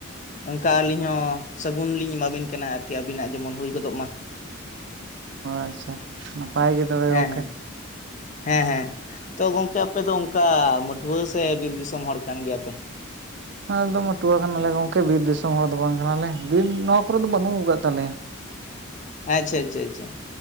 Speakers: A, on the left (about 35°); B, on the right (about 55°).
A: ᱚᱝᱠᱟ ᱟᱹᱞᱤᱧ ᱦᱚᱸ ᱥᱟᱹᱜᱩᱱ ᱞᱤᱧ ᱮᱢᱟᱵᱤᱱ ᱠᱟᱱᱟ ᱟᱨᱠᱤ ᱟᱹᱵᱤᱱᱟᱜ ᱡᱮᱢᱚᱱ ᱦᱩᱭ ᱜᱚᱫᱚᱜ ᱢᱟ᱾
B: ᱟᱪᱪᱷᱟ ᱱᱟᱯᱟᱭ ᱜᱮ ᱛᱚᱵᱮ
A: ᱦᱮᱸ
B: ᱜᱚᱝᱠᱮ᱾
A: ᱦᱮᱸ ᱦᱮᱸ ᱦᱮᱸ᱾ ᱛᱚ ᱜᱚᱝᱠᱮ ᱟᱯᱮ ᱫᱚ ᱚᱝᱠᱟ ᱢᱟᱹᱴᱷᱩᱣᱟᱹ ᱥᱮ ᱵᱤᱨ ᱫᱤᱥᱚᱢ ᱦᱚᱲ ᱠᱟᱱ ᱜᱮᱭᱟᱯᱮ?
B: ᱟᱞᱮᱫᱚ ᱢᱟᱹᱴᱩᱣᱟ ᱠᱟᱱᱟᱞᱮ ᱜᱚᱝᱠᱮ ᱵᱤᱨ ᱫᱤᱥᱚᱢ ᱦᱚᱲ ᱫᱚ ᱵᱟᱝ ᱠᱟᱱᱟᱞᱮ ᱵᱤᱨ ᱱᱚᱣᱟ ᱠᱚᱨᱮ ᱫᱚ ᱵᱟᱹᱱᱩᱜ ᱟᱠᱟᱫ ᱛᱟᱞᱮᱭᱟ᱾
A: ᱟᱪᱪᱷᱟ ᱟᱪᱪᱷᱟ ᱟᱪᱪᱷᱟ᱾